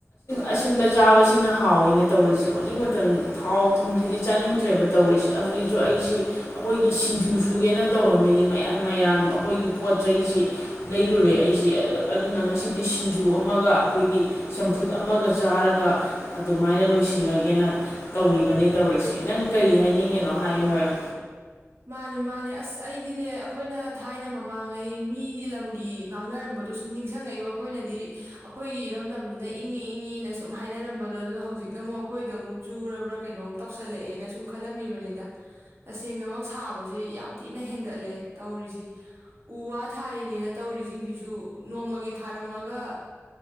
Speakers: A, on the left; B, on the right.
A: ꯑꯁꯤꯟꯕ ꯆꯥꯕꯁꯤꯅ ꯍꯥꯎꯅ ꯇꯧꯔꯤꯁꯤ ꯍꯧꯖꯤꯛ ꯃꯇꯝꯁꯤꯗꯤ ꯊꯥꯎ ꯊꯨꯝꯁꯤꯗꯤ ꯆꯥꯅꯤꯡꯗ꯭ꯔꯦꯕ ꯇꯧꯔꯤꯁꯤꯦ ꯍꯧꯖꯤꯛꯁꯨ ꯑꯩꯁꯤ ꯑꯩꯈꯣꯏꯒꯤ ꯁꯤꯡꯖꯨ ꯁꯨꯒꯦꯅ ꯇꯧꯔꯝꯃꯤꯅꯤ ꯃꯌꯥꯝ ꯃꯌꯥꯝ ꯑꯩꯈꯣꯏꯒꯤ ꯄꯣꯠ ꯆꯩꯁꯤ ꯂꯩꯔꯨꯔꯦ ꯑꯩ ꯁꯤ ꯑ ꯑꯗꯨꯅ ꯉꯁꯤ ꯗꯤ ꯁꯤꯡꯖꯨ ꯑꯃꯒ ꯑꯩꯈꯣꯏꯒꯤ ꯆꯝꯐꯨꯠ ꯑꯃꯒ ꯆꯥꯔꯒ ꯑꯗꯨꯃꯥꯏꯅ ꯂꯣꯏꯁꯤꯜꯂꯒꯦꯅ ꯇꯧꯔꯤꯕꯅꯤꯅ ꯇꯧꯔꯤꯁꯤ ꯅꯪ ꯀꯔꯤ ꯍꯥꯏꯅꯤꯡꯉꯤꯅꯣ ꯍꯥꯏꯌꯨ ꯍꯥꯏꯌꯨ
B: ꯃꯥꯅꯦ ꯃꯥꯅꯦ ꯑꯁ ꯑꯩꯗꯤꯅꯦ ꯑꯩꯈꯣꯏꯅ ꯊꯥꯏꯅ ꯃꯃꯥꯡꯉꯩ ꯃꯤꯒꯤ ꯂꯝꯒꯤ ꯉꯥꯡꯅꯔꯝꯕꯗꯣ ꯁꯨꯝ ꯅꯤꯡꯁꯤꯡꯉꯛꯏꯕ ꯑꯩꯈꯣꯏꯅꯗꯤ ꯑꯩꯈꯣꯏꯒꯤ ꯏꯔꯝꯗꯝꯁꯤꯅ ꯏꯪꯉꯤ ꯏꯪꯉꯤꯅ ꯁꯨꯝ ꯍꯥꯏꯅꯔꯝꯕꯗꯣ ꯑꯗꯣ ꯍꯧꯖꯤꯛꯅ ꯑꯃꯨꯛ ꯑꯩꯈꯣꯏꯗ ꯑꯃꯨꯛ ꯆꯨꯔꯕ꯭ꯔꯥ ꯀꯩꯅꯣꯝ ꯇꯧꯁꯜꯂꯛꯑꯦꯅ ꯁꯨꯝ ꯈꯜꯂꯝꯃꯤꯕꯅꯤꯗ ꯇꯁꯦꯡꯅꯃꯛ ꯁꯥꯕꯁꯤ ꯌꯥꯝ ꯊꯤꯅ ꯍꯦꯟꯒꯠꯂꯦ ꯇꯧꯔꯤꯁꯤ ꯎ ꯋꯥ ꯊꯥꯔꯤꯅꯤꯅ ꯇꯧꯔꯤꯁꯤꯡꯁꯤꯁꯨ ꯅꯣꯡꯃꯒꯤ ꯊꯥꯔꯝꯃꯒ